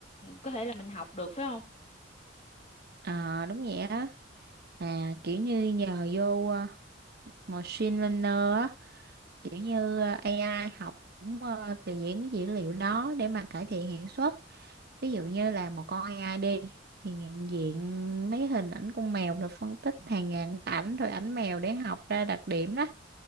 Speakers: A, on the left (about 35°); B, on the right (about 55°).
A: có thể là mình học được phải không?
B: Ờ đúng vậy á. À kiểu như nhờ vô ờ, machine learner á kiểu như ờ, AI học cũng ờ, từ những cái dữ liệu đó để mà cải thiện hiệu suất ví dụ như là một con AI đi thì nhận diện mấy hình ảnh con mèo rồi phân tích hàng ngàn ảnh rồi ảnh mèo để học ra đặc điểm đó